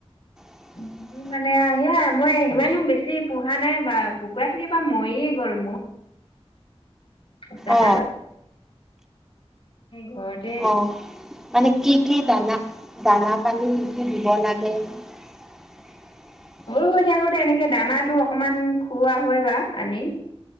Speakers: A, in the centre; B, on the left.
A: <inaudible>
B: তুমি মানে সেয়াই মই সিমানেও বেছি পোহা নাই বা কুকুৰা খিনি বা মৰিয়ে গ'ল ম <unintelligible> তাকে
A: অ
B: ঘৰ
A: অ মানে কি, কি দানা, দানা পানী কি, কি দিব লাগে। <inaudible>
B: সৰু হৈ থাকোঁতে এনেকে দানাটো অকমান খুওৱা হয় বা আনি।